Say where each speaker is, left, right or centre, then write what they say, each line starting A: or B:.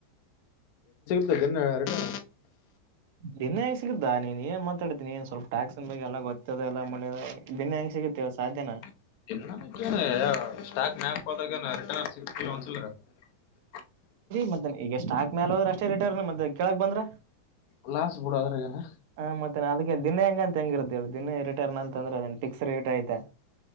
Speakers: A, on the left (about 40°); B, on the right (about 45°).
A: <unintelligible>
B: ದಿನೆ ಹೇಗೆ ಸಿಗಿದ್ದಾ ನೀನ್ ಏನ್ ಮಾತಾಡ್ತಿನನಿ ಸ್ವಲ್ಪ ಟ್ಯಾಕ್ಸ್ನ್ ಬಗ್ ಎಲ್ಲ ಗೊತ್ತದ ಎಲ್ಲ ದನ್ನೆ ಹಂಗ ಸಿಗ ಸಾಧ್ಯನಾ
A: <unintelligible>
B: ಮತ್ತ ಈಗ ಸ್ಟಾಕ್ ಮೇಾಲ ಹೋದ್ರ ಅಷ್ಟೇ ರಿಟರ್ನ್ ಮತ್ತೆ ಕೇಳಕ್ ಬಂದ್ರ
A: ಗ್ಲಾಸ್ ಬಿಡೋದ್ರಗನ
B: ಹಾ ಮತ್ತೆ ಅದಕ್ಕೆ ದಿನೇ ಹೆಂಗಂತ ಹೆಂಗಿರುತ್ತೇ ದಿನೇ ರಿಟರ್ನ್ ಅಂತ ಅಂದ್ರೆದ ಫಿಕ್ಸ್ ರೇಟ್ ಆಯ್ತಾ